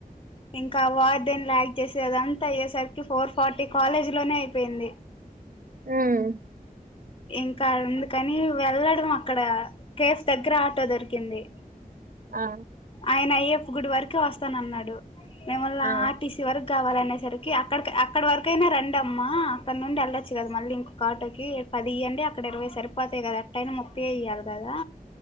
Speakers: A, on the left; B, on the right.
A: ఇంకా వార్డెన్ లా ఆక్ట్ చేసేదన్ అయ్యేసరికి ఫోర్ ఫార్టీ కాలేజీ లోనే అయిపోయింది
B: ఉమ్
A: ఇంకా అందుకని వెళ్ళడమే అక్కడ కేఫ్ దగ్గర ఆటో దొరికింది.
B: ఆ
A: ఆయన అయ్యప్ప గుడి వరకె వస్తనన్నడు మేమల్ల
B: ఆ
A: ఆర్టీసీ వరకు కావాలనేసరికి అక్కడ్ అక్కడ వరకైనా రండమ్మ అక్కడ నుండి వెళ్ళొచ్చు గద మళ్ళీ ఇంకొక్క ఆటోకి పది ఇయ్యండి అక్కడ ఇరవై సరిపోతాయి గదా ఎట్టైనా ముప్పై ఏ ఇయ్యాలి గదా